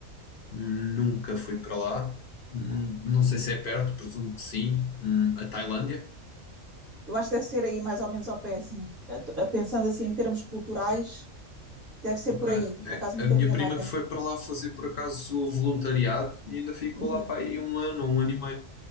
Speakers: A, on the left; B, on the right.
A: Nunca fui para lá. Hum, Não sei se é perto, presumo que sim. Hum, A Tailândia?
B: Eu acho que deve ser aí mais ou menos ao pé, assim. Pensando assim em termos culturais, deve ser
A: Ok.
B: por aí. Por acaso nunca
A: A minha
B: vi no
A: prima
B: mapa.
A: foi para lá fazer por acaso o voluntariado e ainda ficou
B: Uhum.
A: lá para aí um ano um ano e meio.